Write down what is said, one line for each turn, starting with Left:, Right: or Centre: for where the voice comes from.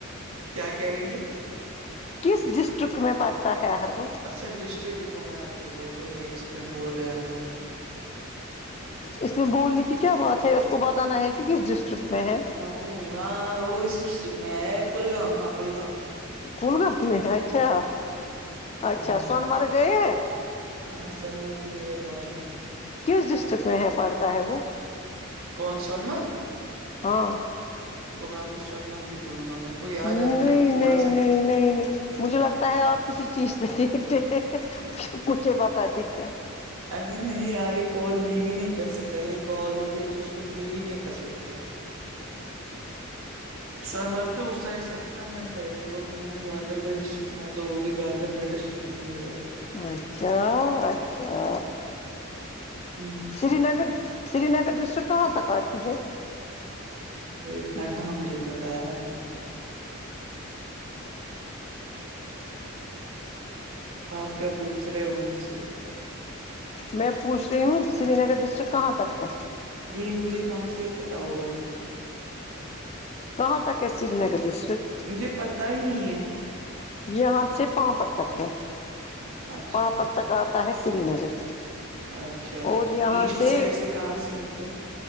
Right: کیا کہہ رہی ہے
Left: کس ڈسٹرکٹ میں پڑتا ہے ہربل
Right: اچھا ڈسٹرکٹ رکو میں آپ کو بولتا ہوں ایک سیکنڈ بھول گیا میں
Left: اس میں بھولنے کی کیا بات ہے اس کو بتانا ہے کی کس ڈسٹرکٹ میں ہے
Right: اوہا وہ اس ڈسٹرکٹ میں ہے کولگام ہاں کولگام
Left: کولگام میں اچھا
Right: ہاں
Left: اچھا سونمرگ گئے
Right: ہاں سونمرگ بھی گئے ہیں بہت بار
Left: کس ڈسٹرکٹ میں ہے پڑھتا ہے وہ
Right: کون سونمرگ
Left: ہاں
Right: رکو میں آپ کو سونمرگ بھی بولوں گا میر کو یاد
Left: نہیں
Right: ہے میرے کو تھوڑا
Left: نہیں
Right: سا ٹا
Left: نہیں نہیں مجھے لگتا ہے آپ کسی چیز پے دیکھتے ہیں پھر مجھے بتاتے ہیں
Right: ارے نہیں یار یے کال لیوی نہیں کر سکتے اگر کال ہوتی ہے تو اس تو لیو ہی نہیں کر سکتے سونمرگ کے اس سائڈ سے نا کنگن سائڈ سے وہ کن گاندربل ڈسٹرکٹ میں ہے تو وہ بھی گاندربل ڈسٹرکٹ میں ہی ہوگا
Left: اچھا اچھا
Right: ہمم
Left: Srinagar Srinagar district کہاں کارتی سے
Right: اتنا کہاں مجھے پتا ہے اب آپ کیا پوچھ رہے ہو مجھ سے
Left: میں پوچھ رہی ہوں سری نگر ڈسٹرک کہاں تک ہے
Right: یے مجھے کہاں سے پتا ہوگا
Left: کہاں تک ہے سری نگر ڈسٹرکٹ
Right: مجھے پتا ہی نہیں ہے
Left: یے ہاتھ سے پاپر تک ہے
Right: اچھا
Left: پاپر تک تک آتا ہے سری نگر
Right: اچھا
Left: اور یہاں
Right: ایسٹ
Left: سے
Right: سائڈ کہاں سے ہے کہ